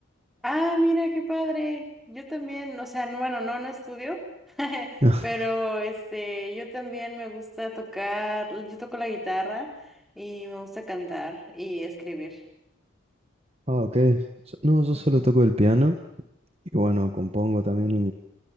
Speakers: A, in the centre; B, on the right (about 30°).
A: Ah, mira, qué padre. Yo también, o sea, n- bueno, no, no estudio, <laughs>
B: <laughs>
A: pero este, yo también me gusta tocar, yo toco la guitarra y me gusta cantar y escribir.
B: Ah, ok. So- No, yo
A: Ujú.
B: solo toco el piano Y bueno, compongo también